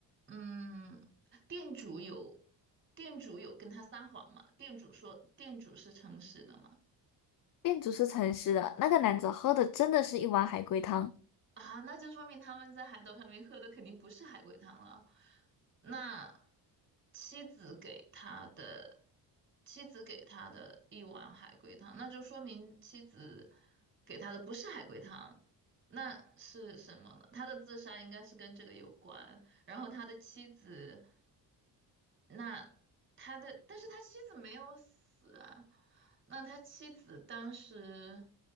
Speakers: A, on the right; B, on the left.
A: 嗯，店主有店主有跟他撒谎吗？店主说店主是诚实的吗？
B: 店主是诚实的，那个男子喝的真的是一碗海龟汤，
A: 啊，那就说明他们在海岛上面喝的肯定不是海龟汤了。那妻子给他的妻子给他的一碗海龟汤，那就说明妻子给他的不是海龟汤，那是什么呢？他的自杀应该是跟这个有关，然后他的妻子那他的，但是他妻子没有死啊。那他妻子当时，